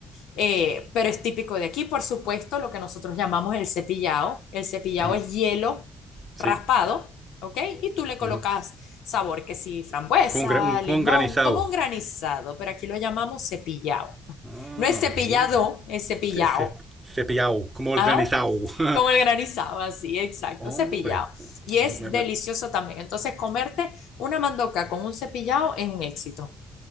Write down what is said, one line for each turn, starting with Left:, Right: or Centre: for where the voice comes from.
Left: Eh, pero es típico de aquí, por supuesto, lo que nosotros llamamos el cepillado. El cepillado
Right: mhm,
Left: es hielo
Right: sí,
Left: raspado, ¿ok? Y tú le colocas
Right: mhm.
Left: sabor que sí, frambuesa,
Right: Como un, un- como
Left: limón,
Right: un granizado.
Left: como un granizado, pero aquí lo llamamos cepillado.
Right: Ah,
Left: No es cepillado,
Right: mira.
Left: es cepillado.
Right: Ce- Cepillado, como el
Left: Ah,
Right: granizado.
Left: como
Right: <laughs>
Left: el granizado, así, exacto,
Right: Hombre,
Left: cepillado. Y es
Right: me- me-
Left: delicioso también. Entonces, comerte una mandoca con un cepillado es un éxito.